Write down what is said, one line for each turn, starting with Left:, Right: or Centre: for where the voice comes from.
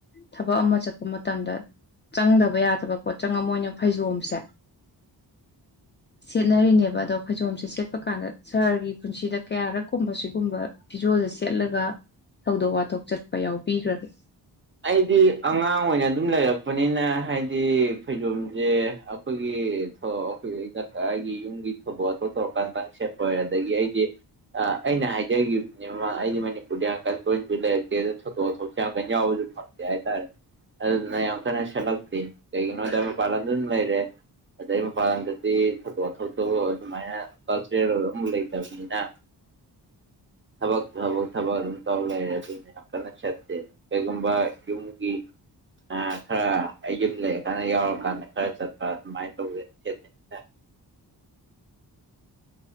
Left: ꯊꯕꯛ ꯑꯃ ꯆꯠꯄ ꯃꯇꯝꯗ ꯆꯪꯗꯕ ꯌꯥꯗꯕ ꯄꯣꯠꯆꯪ ꯑꯃ ꯑꯣꯏꯅ ꯐꯩꯖꯣꯝꯁꯦ ꯁꯦꯠꯅꯔꯤꯅꯦꯕ ꯑꯗꯣ ꯐꯩꯖꯣꯝꯁꯦ ꯁꯦꯠꯄ ꯀꯥꯟꯗ ꯁꯍꯔꯒꯤ ꯄꯨꯟꯁꯤꯗ ꯀꯌꯥꯔꯛꯀꯨꯝꯕ ꯁꯤꯒꯨꯝꯕ ꯐꯤꯖꯣꯜꯁꯦ ꯁꯦꯠꯂꯒ ꯊꯧꯗꯣꯛ ꯋꯥꯊꯣꯛ ꯆꯠꯄ ꯌꯥꯎꯕꯤꯈ꯭ꯔꯒꯦ
Right: ꯑꯩꯗꯤ ꯑꯉꯥꯡ ꯑꯣꯏꯅ ꯑꯗꯨꯝ ꯂꯩꯔꯛꯄꯅꯤꯅ ꯍꯥꯏꯗꯤ ꯐꯩꯖꯣꯝꯁꯦ ꯑꯩꯈꯣꯏꯒꯤ ꯑꯩꯈꯣꯏꯀ ꯑꯩꯒꯤ ꯌꯨꯝꯒꯤ ꯊꯧꯗꯣꯛ ꯋꯥꯊꯣꯛ ꯇꯧꯔꯀꯥꯟꯗꯪ ꯁꯦꯠꯄꯋ ꯑꯗꯒꯤ ꯑꯩꯗꯤ ꯑꯩꯅ ꯍꯥꯏꯖꯈꯤꯕꯗꯨꯅꯦ ꯃꯃꯥꯡ ꯑꯩꯗꯤ ꯃꯅꯤꯄꯨꯔꯗ ꯌꯥꯝꯀꯟ ꯇꯣꯏꯁꯨ ꯂꯩꯔꯛꯇꯦ ꯑꯗꯨꯗ ꯊꯧꯗꯣꯛ ꯋꯥꯊꯣꯛꯁꯨ ꯌꯥꯝꯀꯟ ꯌꯥꯎꯕꯁꯨ ꯐꯠꯇꯦ ꯍꯥꯏꯇꯥꯔꯦ ꯑꯗꯨꯗꯨꯅ ꯌꯥꯝ ꯀꯟꯅ ꯁꯦꯠꯂꯛꯇꯦ ꯀꯩꯒꯤꯅꯣ ꯍꯥꯏꯗ ꯃꯄꯥꯟꯗ ꯑꯗꯨꯝ ꯂꯩꯔꯦ ꯑꯗꯩ ꯃꯄꯥꯟꯂꯗꯗꯤ ꯊꯧꯗꯣꯛ ꯋꯥꯊꯇꯣꯛ ꯑꯗꯨꯃꯥꯏꯅ ꯀꯜꯆꯔꯦꯜ ꯑꯣꯏ ꯑꯃ ꯂꯩꯇꯕꯅꯤꯅ ꯊꯕꯛ ꯊꯕꯛ ꯊꯕꯛ ꯑꯗꯨꯝ ꯇꯧ ꯂꯩꯔꯦ ꯑꯗꯨꯅ ꯌꯥꯝ ꯀꯟꯅ ꯁꯠꯇꯦ ꯀꯩꯒꯨꯝꯕ ꯌꯨꯝꯒꯤ ꯈꯔ ꯑꯩ ꯌꯨꯝ ꯂꯩ ꯀꯥꯟꯗ ꯌꯥꯎꯔꯀꯥꯟꯗ ꯈꯔ ꯆꯠꯄ ꯑꯗꯨꯃꯥꯏꯅ ꯇꯧꯋꯦꯅ ꯁꯦꯠꯅꯩ ꯍꯥꯏꯇꯥꯔꯦ